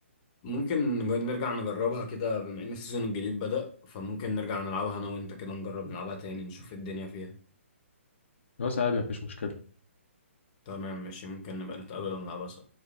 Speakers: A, on the left; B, on the left.
A: ممكن نج- نرجع نجربها كده بما ان السيزون الجديد بدأ فممكن نرجع نلعبها انا وانت كده نجرب نلعبها تاني نشوف الدنيا فيها
B: بس عادي مفيش مشكلة
A: تمام ماشي ممكن نبقى نتقابل ونلعبها سوا